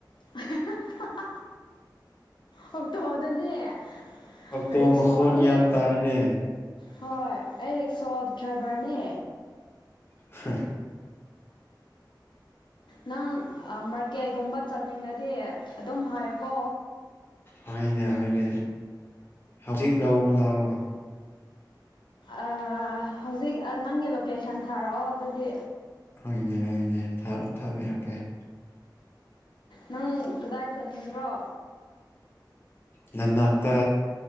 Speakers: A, on the left; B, on the left.
A: <inaudible> ꯑꯣꯛꯇꯣꯗꯅꯦ
B: ꯑꯣꯛꯇꯣ
A: ꯔꯤꯛꯁꯣꯅꯦ
B: ꯃꯈꯣꯟ ꯌꯥꯝ ꯇꯥꯌꯦꯅꯦ
A: ꯍꯣꯏ ꯑꯩ ꯔꯤꯛꯁꯣ ꯗ꯭ꯔꯥꯏꯚꯔ ꯅꯦ
B: ꯍ
A: ꯅꯪ ꯃꯥꯔꯀꯦꯠ ꯒꯨꯝꯕ ꯆꯠꯅꯤꯡꯂꯗꯤ ꯑꯗꯨꯝ ꯍꯥꯏꯌꯨꯀꯣ
B: ꯍꯣꯏꯅꯦ ꯍꯣꯏꯅꯦ ꯍꯧꯖꯤꯛ ꯂꯧꯕ ꯂꯥꯛꯑꯣ
A: ꯑꯥ ꯍꯧꯖꯤꯛ ꯅꯪꯒꯤ ꯂꯣꯀꯦꯁꯟ ꯊꯥꯔꯛꯑꯣ ꯑꯗꯨꯗꯤ
B: ꯍꫭꯏꯅꯦ ꯍꫭꯏꯅꯦ ꯊꯥꯔꯛ ꯊꯥꯕꯤꯔꯛꯀꯦ
A: ꯅꯪ ꯀꯗꯥꯏ ꯆꯠꯅꯤꯡꯕ꯭ꯔꯣ
B: ꯅꯟꯅꯥꯛꯛꯇ